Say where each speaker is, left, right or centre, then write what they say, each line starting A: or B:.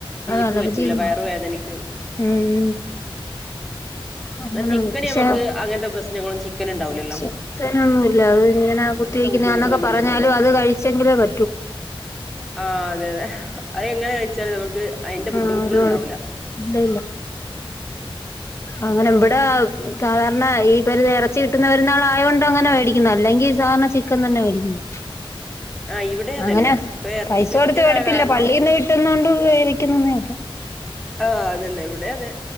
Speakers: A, in the centre; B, on the left.
A: ബീഫ്
B: അലർജിയൊന്നും
A: പറ്റൂല വയറ് വേദനിക്കും
B: ഉം അങ്ങനുണ്ട്
A: എന്നാ ചിക്കന്
B: പക്ഷെ
A: നമുക്ക് അങ്ങനത്തെ പ്രശ്നങ്ങളും ചിക്കൻ ഉണ്ടാവില്ലല്ലോ
B: ചിക്കനൊന്നുല്ല അത് ഇങ്ങന കുത്തിവെക്കുന്ന
A: അങ്ങനത്തെ ബുദ്ധിമുട്ടുകളൊന്നും
B: എന്നൊക്കെ പറഞ്ഞാലും
A: വരൂല്ല
B: അത് കഴിച്ചെങ്കിലേ പ
A: ആ അതെ അതെ അത് എങ്ങനെ കഴിച്ചാലും നമുക്ക് അതിന്റെ ബുദ്ധിമുട്ടുകൾ
B: ആഹ് ഒരു കൊഴ
A: ഇണ്ടാവൂല
B: ഇല്ല ഇല്ല അങ്ങനെ ഇവിടെ സാധാരണ ഈ ഇപ്പ എറച്ചി കിട്ടുന്ന പെരുന്നാൾ ആയോ ണ്ടങ്ങനെ മേടിക്കുന്ന അല്ലെങ്കിൽ സാധാരണ ചിക്കൻ തന്നാ മേടിക്കുന്നെ
A: ആ ഇവിടെ അതന്നെ
B: അങ്ങനെ
A: ഇപ്പൊ ഇറച്ചി
B: പൈസ
A: കിട്ടിയതായ
B: കൊടുത്ത് മേടിപ്പില്ല
A: കാരണം
B: പള്ളീന്ന് കിട്ടുന്നോണ്ട് വേടിക്കുന്നന്നേ ഒള്ളു
A: ആ അതന്നെ ഇവിടെം അതെ